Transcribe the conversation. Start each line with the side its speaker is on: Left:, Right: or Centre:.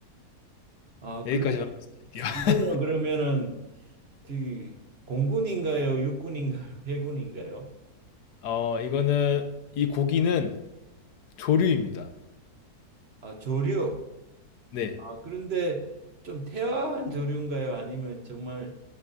Right: 아
Left: 여기까지만
Right: 그런데
Left: 말씀드릴게요.
Right: 이거는
Left: <laughs>
Right: 그러면은 저기 공군인가요? 육군인가요? <laughs> 해군인가요?
Left: 어, 이거는 이 고기는 조류입니다.
Right: 아, 조류.
Left: 네.
Right: 아, 그런데 좀 태화한 조류인가요? 아니면 정말